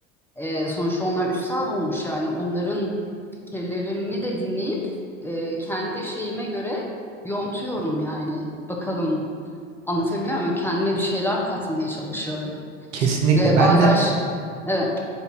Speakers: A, in the centre; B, on the right.
A: e, sonuçta onlar üstad olmuş yani onların fikirlerini de dinleyip e, kendi şeyime göre yontuyorum yani. Bakalım anlatabiliyor muyum? Kendime bir şeyler katmaya çalışıyorum.
B: Kesinlikle.
A: E,
B: Ben
A: bazen
B: de
A: ş- evet